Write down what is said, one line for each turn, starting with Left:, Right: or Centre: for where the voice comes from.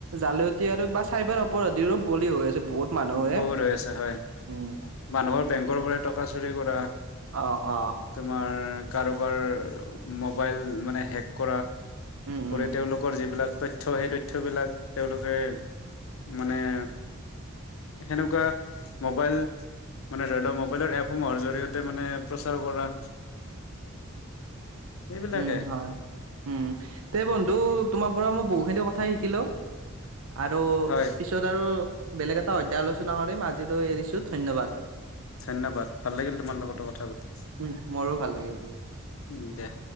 Right: জালতি আৰু বা চাইবাৰ অপ- পৰাধিৰো বলি হৈ আছে বহুত মানুহে।
Left: বহুত হৈ আছে হয়
Right: উম'
Left: মানুহৰ বেংকৰ পৰাই টকা চুৰি কৰা।
Right: অঁ অঁ'
Left: তোমাৰ কাৰোবাৰ মোবাইল মানে হেক কৰা।
Right: উম উম
Left: কৰে তেওঁলোকৰ যিবিলাক তথ- থ্য সেই তথ্যবিলাক তেওঁলোকে মানে- সেনেকুৱা মোবাইল- মানে ধৰি লও মোবাইলৰ এপসমূহৰ জৰিয়তে মানে প্ৰচাৰ কৰা। সেইবিলাকে
Right: উম হয়, উম তে বন্ধু- তোমাৰ পৰা মই বহুখিনি কথাই শিকিলো আৰু
Left: হয়
Right: পিছ- ছত আৰু বেলেগ এটা অধ্যায় আলোচনা কৰিম আজিলৈ এৰিছো ধন্যবাদ।
Left: ধন্যবাদ ভাল লাগিল তোমাৰ লগতো কথা পাতি,
Right: উম মোৰো ভাল লাগিল।
Left: উম' দিয়া।